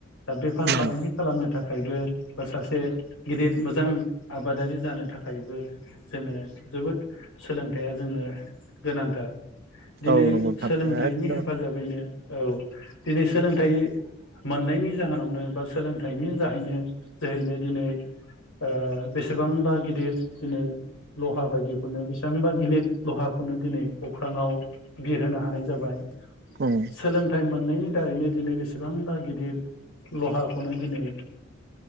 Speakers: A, on the left (about 80°); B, on the right (about 50°).
A: दा बेफार
B: नंगौ
A: फालांगि खालामनो थाखायबो बा सासे गिदिर मोजां आबादारि जानो थाखायबो जोङो जोबोद सोलोंथाइया जोंनो गोनांथार दिनै
B: औ नंगौ नोंथां
A: सोलोंथाइनि
B: एकदम
A: हेफाजाबैनो औ दिनै सोलोंथाइ मोननायनि जाहोनावनो बा सोलोंथाइनि जाहैनो जोहैनो दिनै ओ बेसेबांबा गिदिर दिनै लहा बायदिखौनो बेसेबांबा गिलिर लहाखौनो दिनै अख्राङाव बिरहोनो हानाय जाबाय
B: ओम
A: सोलोंथाइ मोननायनि दारैनो दिनै बेसेबांबा गिदिर लहाखौनो ओ दिनै